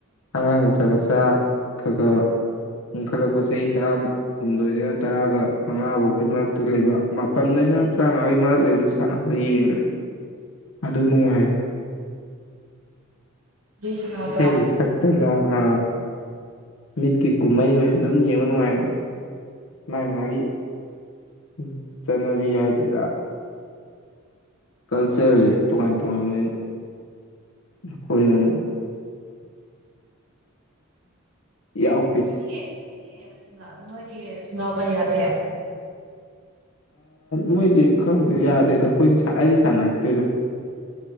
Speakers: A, on the left; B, on the right.
A: ꯑꯉꯥꯡ ꯃꯆꯥ ꯃꯆꯥ ꯈꯒ ꯈꯠꯂꯛꯄ ꯆꯍꯤ ꯇꯔꯥ ꯍꯨꯝꯗꯣꯏꯗꯩꯅ ꯇꯔꯥꯒ ꯃꯉꯥ ꯐꯧꯒꯤ ꯃꯔꯛꯇ ꯂꯩꯕ ꯃꯥꯄꯟꯗꯩꯅ ꯇꯔꯥꯉ ꯑꯒꯤ ꯃꯔꯛ ꯂꯩꯕꯁꯨ ꯁꯥꯟꯅꯕ ꯌꯦꯡꯈ꯭ꯔꯦ ꯑꯗꯨ ꯅꯨꯡꯉꯥꯏ
B: ꯀꯔꯤ ꯁꯥꯟꯅꯕ꯭ꯔꯥ
A: ꯏꯁꯩꯒꯤ ꯁꯛꯇꯅ ꯑ ꯃꯤꯠꯀꯤ ꯀꯨꯝꯍꯩ ꯑꯣꯏꯅ ꯑꯗꯨꯝ ꯌꯦꯡꯕ ꯅꯨꯡꯉꯥꯏꯕꯅꯦ ꯃꯥꯒꯤ ꯃꯥꯒꯤ ꯎ ꯆꯠꯅꯕꯤ ꯍꯥꯏꯗꯔ ꯀꯜꯆꯔꯁꯤ ꯇꯣꯉꯥꯟ ꯇꯣꯉꯥꯟꯕ ꯑꯩꯈꯣꯏꯅ ꯑꯃꯨꯛ ꯌꯥꯎ
B: ꯅꯣꯏꯗꯤ ꯅꯣꯏꯗꯤ ꯅꯣꯏꯗꯤ ꯁꯨ ꯅꯥꯕ ꯌꯥꯗꯦ
A: ꯃꯣꯏꯁꯦ ꯈꯪꯗꯦ ꯌꯥꯗꯦꯗ ꯑꯩꯈꯣꯏꯗꯤ ꯑꯩꯗꯤ ꯁꯥꯟꯅꯔꯛꯇꯦꯗꯣ